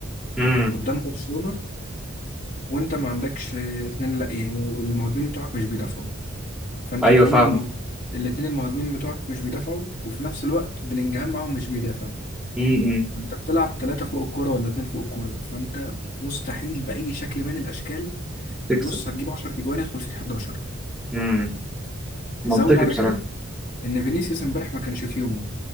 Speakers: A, in the centre; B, on the left.
A: امم
B: قدام برشلونه وانت ما عندكش اتنين لا ايه والمهاجمين بتوعك مش بيدافعوا فانت
A: أيوه
B: كمان
A: فاهم
B: المه... الاتنين المهاجمين بتوعك مش بيدافعوا وفي نفس الوقت بلينجهام معاهم مش بيدافع
A: امم
B: انت بتلعب ثلاثة فوق الكورة ولا اتنين فوق الكورة فانت مستحيل بأي شكل من الأشكال
A: تكسب
B: بص هتجيب 10 تجوان يدخل فيك 11
A: امم منطقي
B: زود على
A: بصراحة
B: كده ان فينيسيوس امبارح ما كانش في يومه